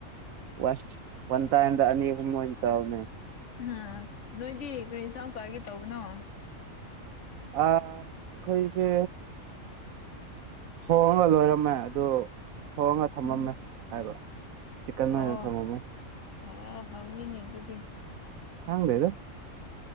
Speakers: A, on the right; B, on the left.
A: ꯋꯥ ꯑꯣꯟ ꯇ ꯑꯦ ꯑꯅꯤ ꯍ ꯆꯅꯦ
B: ꯑ ꯅꯣꯏꯗꯤ ꯀꯔꯤ ꯏꯟꯁꯥꯡ ꯆꯥꯒꯦ ꯇꯧꯕꯅꯣ
A: ꯑ ꯑꯩꯈꯣꯏꯁꯦ ꯊꯣꯡꯉꯒ ꯂꯣꯏꯔꯝꯃꯦ ꯑꯗꯨ ꯊꯣꯡꯉ ꯊꯝꯃꯝꯃꯦ
B: ꯎꯝ
A: ꯍꯥꯏꯕ ꯆꯤꯛꯀꯟ
B: ꯑꯣ
A: ꯑꯣꯏꯅ ꯊꯝꯃꯝꯃꯦ
B: ꯑ ꯍꯧꯅꯤꯅꯦ ꯑꯗꯨꯗꯤ
A: ꯆꯥꯡꯂꯗ